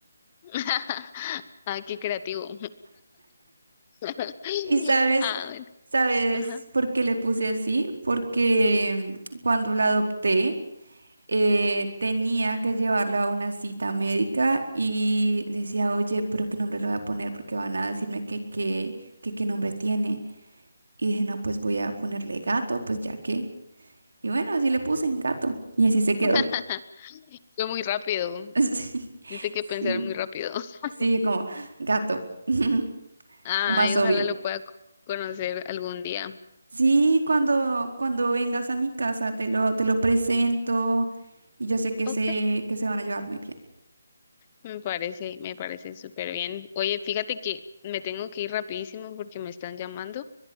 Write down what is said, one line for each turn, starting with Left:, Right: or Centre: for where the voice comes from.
Left: <laughs> Ah, qué creativo. <laughs>
Right: Y sabes,
Left: Ah, bueno,
Right: sabes
Left: ajá.
Right: por qué le puse así, porque mm, cuando la adopté eh, tenía que llevarla a una cita médica y decía, oye, pero qué nombre le voy a poner porque van a decirme que, que, que qué nombre tiene. Y dije, no, pues voy a ponerle gato, pues ya que. Y bueno, así le puse gato y así se quedó.
Left: <laughs> Fue muy rápido.
Right: <laughs> Sí,
Left: Tiene que
Right: sí,
Left: pensar muy rápido. <laughs>
Right: sí, como gato, <laughs>
Left: Ay,
Right: lo más obvio.
Left: ojalá lo pueda co- conocer algún día.
Right: Sí, cuando, cuando vengas a mi casa te lo, te lo presento y yo sé que
Left: Ok,
Right: se, que se van a llevar muy bien.
Left: me parece, me parece súper bien. Oye, fíjate que me tengo que ir rapidísimo porque me están llamando.